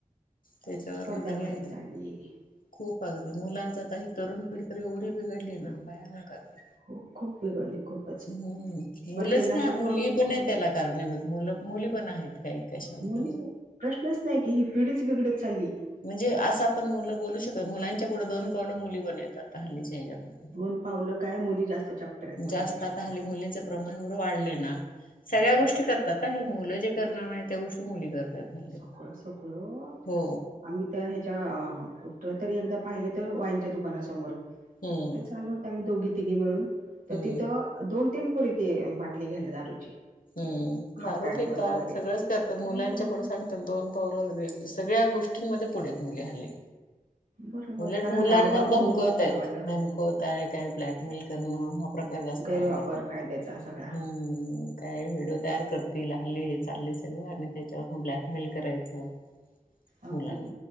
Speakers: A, on the left; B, on the right.
A: त्याच्यावर
B: अशी स्पर्धा
A: म त्यांनी,
B: वाढत चालली
A: खूप अगदी, मुलांच आता हे तरुण पीढी तर एवढी बिघडली ना, भयानक आहे.
B: हो खूप बिघडली खूपच
A: हम्म, मुलंच
B: बरं ते नशा
A: नाही. मुली
B: करून
A: पण
B: करून
A: आहे त्याला कारणीभूत. मुलं मुली पण आहेत काही. कशावर
B: मुली, प्रश्नच नाही की, ही पिढीच बिघडत चाली.
A: म्हणजे, असं आपण मुलं बोलू शकतो, पुढे दोन पावलं मुली बनवतात हल्लीच्या ह्याच्यामध्ये.
B: दोन पावलं काय, मुली जास्त चाप्टर आहेत मुलांपेक्षा
A: जास्त हल्ली
B: आता.
A: मुलींचं प्रमाण एवढं वाढलंय ना, सगळ्या
B: हो
A: गोष्टी करतात, मुलं जे करणार नाहीत त्या गोष्टी मुली करतात. हल्ली
B: सगळं सगळं,
A: हो
B: आम्ही त... ह्याच्या कुठे तरी एकदा पाहिलं तर वाईनच्या दुकानासमोर,
A: हम्म
B: कुठे चाललो आम्ही दोघी-तिघी मिळून, तर
A: हम्म
B: तिथं दोन-तीन पोरी बाटली घ्यायला, दारूची.
A: हं,
B: हाफ
A: दारू
B: पॅन्ट
A: पितात,
B: वर वगैरे
A: सगळंच करतात,
B: हो
A: मुलांच्या पुढे सांग दोन पावलं, सगळ्या गोष्टींमध्ये पुढे आहेत मुली हल्ली.
B: बरोबर
A: उलट
B: कारण
A: मुलांनाच
B: लाळबाप
A: धमकवतायत,
B: वगैरे गावाला
A: धमक... होतंय काय, ब्लॅकमेल करणं हा प्रकार जास्त
B: गैरवापर
A: वाढलाय,
B: कायद्याचा सगळा
A: हं. काय व्हिडिओ तयार करतील, हल्ली हे सगळं चाललंय आणि त्याच्यावरून ब्लॅकमेल करायचं.
B: अगदी
A: मुलांना